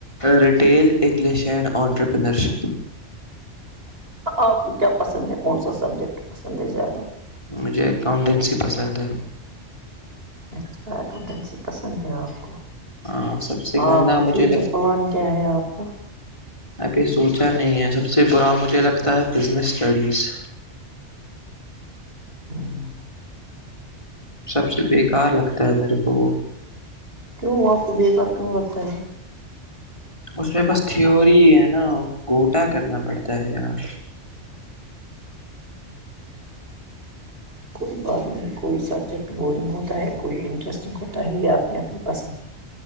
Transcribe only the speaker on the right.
آپ کیا پسند ہے کون سا سبجیکٹ پسند ہے زیادہ
اچھا اکاؤنٹینسی پسند ہے آپ کو
آپ کا
فیوچر پلان کیا ہے آپ کا
<unintelligible>
کیوں وہ آپ کو بےیکار کیوں لگتا ہے
کوئی بات نہیں کوئی سبجیکٹ بورنگ ہوتا ہے کوئی انٹرسٹنگ ہو تا ہی آپ نے اپنی پسند ہے